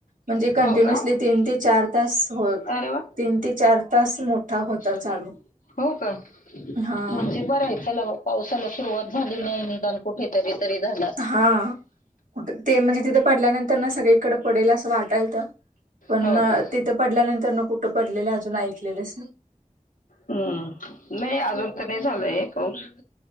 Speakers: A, on the right; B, on the left.
A: म्हणजे कंटिन्युअसली
B: हो का
A: तीन ते चार तास हो
B: अरे वा
A: तीन ते चार तास मोठा
B: <inaudible>
A: होता चालू
B: हो का म्हणजे
A: हा
B: बर आहे चलाहो पावसाला सुरुवात झाली नाही निदान कुठेतरी तरी झाला
A: हा कुठं -ते म्हणजे तिथे पडल्यानंतर ना सगळीकडं पडेल असं वाटालत पण
B: हो
A: ना
B: का
A: तिथं पडल्यानंतर न कुठं पडलेलं अजून ऐकलेलेच
B: हम्म <inaudible> नाही अजून तर नाही झालंय पाऊस <inaudible>